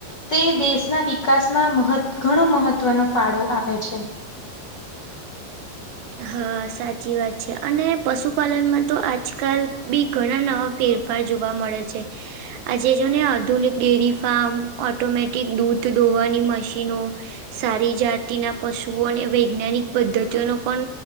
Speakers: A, on the left (about 70°); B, on the right (about 80°).
A: તે દેશના વિકાસમાં મહ ઘણો મહત્વનો ફાળો આપે છે.
B: હા સાચી વાત છે, અને પશુપાલનમાં તો આજકાલ બી ઘણા નવા ફેરફાર જોવા મળે છે. આજે જો ને આધુનિક ડેરી ફાર્મ ઓટોમેટિક દૂધ ધોવાની મશીનો સારી જાતિના પશુઓને વૈજ્ઞાનિક પદ્ધતિઓનો પણ